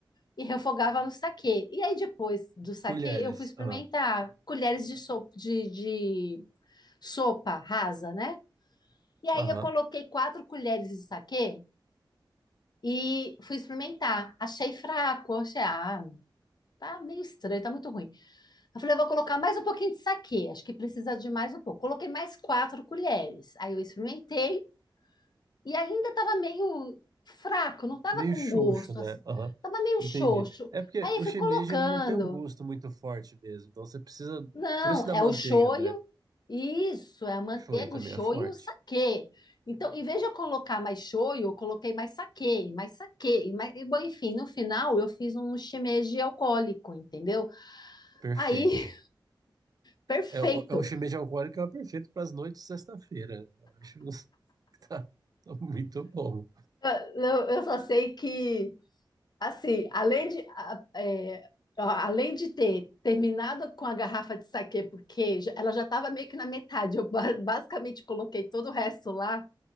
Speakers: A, on the left (about 55°); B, on the right (about 50°).
A: e refogava no saquê. E aí, depois do saquê,
B: Colheres,
A: eu fui experimentar
B: aham,
A: colheres de, so de, de sopa rasa, né? E aí,
B: aham.
A: eu coloquei quatro colheres de saquê e fui experimentar. Achei fraco, achei, ah, tá meio estranho, tá muito ruim. Eu falei, eu vou colocar mais um pouquinho de saquê, acho que precisa de mais um pouco. Coloquei mais quatro colheres. Aí, eu experimentei e ainda tava meio fraco, não tava
B: Meio
A: com
B: xoxo,
A: gosto,
B: né?
A: assim.
B: Aham,
A: Tava meio
B: entendi.
A: xoxo.
B: É porque
A: Aí,
B: o
A: eu fui
B: shimeji,
A: colocando
B: ele não tem um gosto muito forte mesmo, então você precisa...
A: Não,
B: Por isso da
A: é
B: manteiga,
A: o shoyu,
B: né?
A: isso, é a manteiga,
B: Shoyu também
A: o shoyu
B: é forte.
A: e o saquê. Então, em vez de eu colocar mais shoyu, eu coloquei mais saquê, e mais saquê, e mais... e, bom, enfim, no final eu fiz um shimeji alcoólico, entendeu?
B: Perfeito.
A: Aí, <laughs> perfeito.
B: É, o, é o shimeji alcoólico é o perfeito para as noites de sexta-feira. Eu acho <laughs> que tá, tá muito bom.
A: Eu, eu- eu só sei que, assim, além de, a- é, ó, além de ter terminado com a garrafa de saquê, porque já- ela já estava meio que na metade, eu ba- basicamente coloquei todo o resto lá.